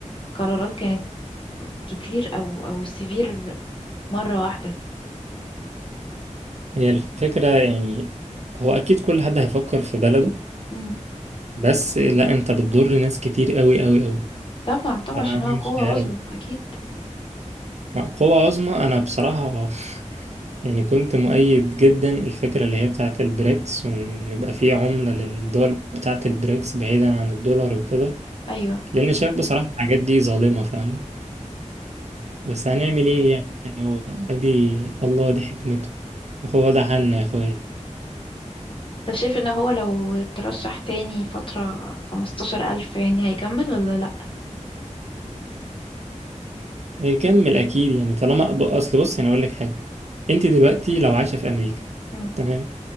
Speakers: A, on the left (about 40°); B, on the right (about 60°).
A: قرارات كانت كتير او او سيفير مرة واحدة
B: هي الفكره يعني هو اكيد كل حد هيفكر في بلده
A: مم.
B: بس لا انت بتضر ناس كتير قوي قوي قوي
A: طبعا طبعا
B: فانا
A: عشان
B: مش
A: هو قوة
B: عارف
A: عظمى اكيد
B: لا، قوة عظمى انا بصراحه <laughs> يعني كنت مؤيد جدا الفكره اللي هي بتاعه البريكس وان يبقى فيه عمله للدول بتاعه البريكس بعيدا عن الدولار وكده
A: ايوه
B: لان شايف بصراحه الحاجات دي ظالمه فاهمه بس هنعمل ايه يعني هو ادي الله دي حكمته وهو ده حالنا يا اخويا
A: طب شايف ان هو لو اترشح تاني فترة خمستاشر ألف يعني هيكمل ولا لأ؟
B: هيكمل اكيد يعني طالما أب- اصل بص انا اقول لك حاجه انت دلوقتي لو عايشه في امريكا
A: مم.
B: تمام